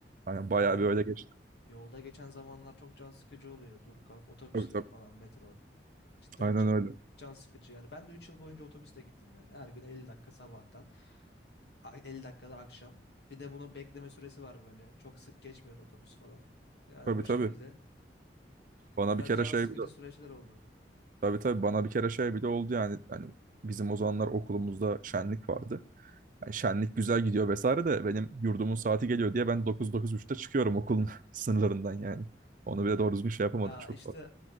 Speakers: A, on the right (about 45°); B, on the left (about 65°).
A: Aynen
B: Yani
A: bayağı bir öyle
B: yo-
A: geçti.
B: yolda geçen zamanlar çok can sıkıcı oluyor. Dur kalk otobüsler
A: Tabii tabii.
B: falan metro. Cidden
A: Aynen
B: can,
A: öyle.
B: can sıkıcı yani. Ben de 3 yıl boyunca otobüsle gittim yani. Her gün 50 dakika sabahtan. A- 50 dakikada akşam. Bir de bunun bekleme süresi var böyle. Çok sık geçmiyordu otobüs falan. Yani
A: Tabii
B: o
A: tabii.
B: şekilde.
A: Bana
B: Biraz
A: bir kere
B: can
A: şey
B: sıkıcı
A: bile
B: süreçler oldu.
A: tabii tabii bana bir kere şey bile oldu yani. Yani bizim o zamanlar okulumuzda şenlik vardı. Yani şenlik güzel gidiyor vesaire de benim yurdumun saati geliyor diye ben dokuz dokuz 930da çıkıyorum okulun <laughs> sınırlarından yani. Onu bile doğru düzgün şey yapamadık
B: Aa,
A: çok
B: işte
A: fazla.